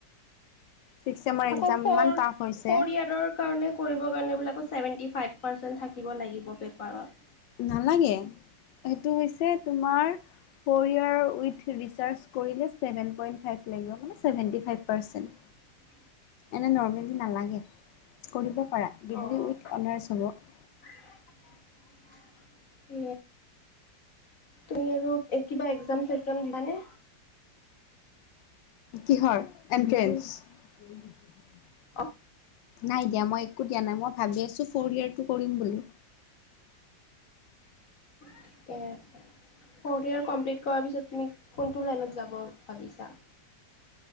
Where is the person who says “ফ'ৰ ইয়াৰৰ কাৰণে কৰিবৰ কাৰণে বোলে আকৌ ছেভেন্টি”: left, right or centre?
Left